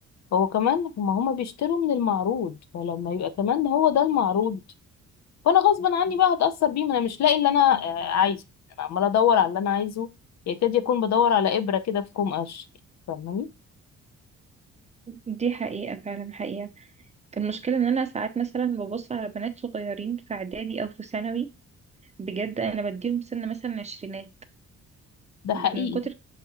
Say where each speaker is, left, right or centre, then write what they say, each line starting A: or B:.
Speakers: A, on the left; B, on the right.
A: هو كمان هم هم بيشتروا من المعروض فلما يبقى كمان هو ده المعروض فانا غصبا عني بقى هتاثر بيه ما انا مش لاقي اللي انا آه، عايزه انا عماله ادور على اللي انا عايزه يكاد يكون بدور على ابره كده في كوم قش فاهماني
B: دي حقيقة فعلا حقيقة المشكلة ان انا ساعات مثلا ببص على بنات صغيرين في اعدادي او في ثانوي بجد انا بديهم سن مثلا عشرينات
A: ده حقيقي
B: من كتر